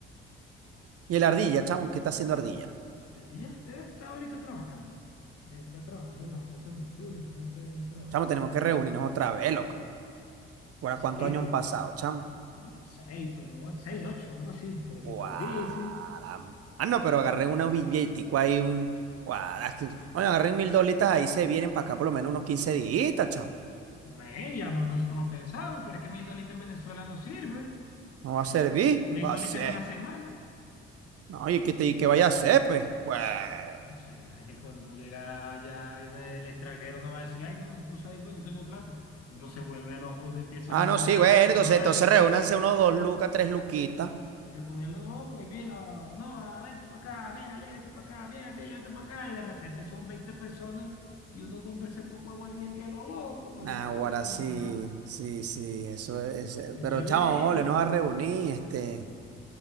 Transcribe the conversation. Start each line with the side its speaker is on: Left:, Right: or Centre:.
Right: Y el ardilla, chamo, ¿qué está haciendo ardilla?
Left: Ardilla debe estar ahorita trabajando. Debe estar trabajando en las cosas nocturnas, entonces ahorita anda trabajando.
Right: Chamo, tenemos que reunirnos otra vez, loco. ¿Ahora
Left: Así,
Right: cuántos años
Left: pero
Right: han pasado, chamo?
Left: como seis, pero o- seis, ocho, algo así. Pero
Right: Guara.
Left: es que está difícil.
Right: Ah, no, pero agarré una billetico ahí, un. Guara, es que- Oye, agarré mil dolitas ahí, se vienen para acá por lo menos unos 15 días, chamo.
Left: Men, ya no- nosotros lo pensamos, pero es que mil dolitas en Venezuela no sirve.
Right: No va a servir.
Left: Mil
Right: Va
Left: dolitas
Right: a ser.
Left: en una semana.
Right: No, y que, te- y que vaya a ser, pues. Bueno.
Left: Acá. Ah, tú sabes, sabes que cuando uno llega allá, viene el extranjero, no va a decir, ay, no, no puse ahí, pues no tengo plata. Uno se vuelve loco, uno empieza
Right: Ah,
Left: a brindar,
Right: no, sí, bueno,
Left: comal,
Right: entonces, entonces reúnanse unos dos lucas, tres luquitas.
Left: uno se pone loco y mira, no, ah, vente para acá, mira, Leo, vente para acá, mira, Leo, vente para acá. Y de repente son 20 personas y uno compra ese poco aguardiente a lo loco, no
Right: Nah,
Left: le para bola
Right: sí,
Left: a nada.
Right: sí, sí, eso es. es-
Left: Eso
Right: Pero
Left: es
Right: chama,
Left: verídico.
Right: vamos a volvernos a reunir, este.